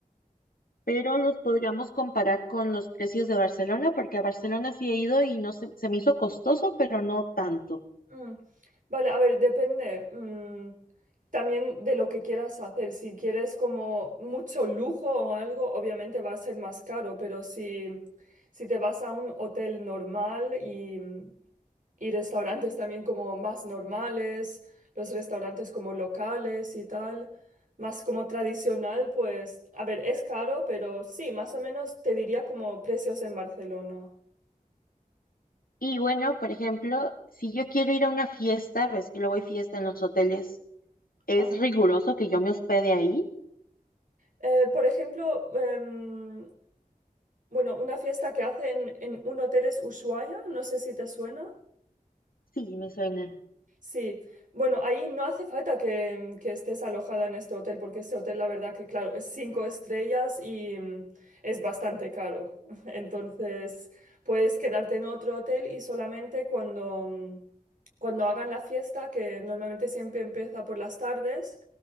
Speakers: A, on the left; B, on the right.
A: pero los podríamos comparar con los precios de Barcelona, porque a Barcelona sí he ido y no se, se me hizo costoso, pero no tanto.
B: Mm. Vale, a ver, depende mm, también de lo que quieras hacer. Si quieres como mucho lujo o algo, obviamente va a ser más caro, pero si, si te vas a un hotel normal y, y restaurantes también como más normales, los restaurantes como locales y tal, más como tradicional, pues, a ver, es caro, pero sí, más o menos te diría como precios en Barcelona.
A: Y bueno, por ejemplo, si yo quiero ir a una fiesta, ves que luego hay fiesta en los hoteles, ¿es
B: Ah,
A: riguroso que yo me hospede ahí?
B: eh, por ejemplo, em, Bueno, una fiesta que hacen en un hotel es Ushuaia, no sé si te suena.
A: Sí, me suena.
B: Sí, bueno, ahí no hace falta que, que estés alojada en este hotel, porque este hotel, la verdad que, claro, es cinco estrellas y mm, es bastante caro. <laughs> Entonces, puedes quedarte en otro hotel y solamente cuando, mm, cuando hagan la fiesta, que normalmente siempre empieza por las tardes,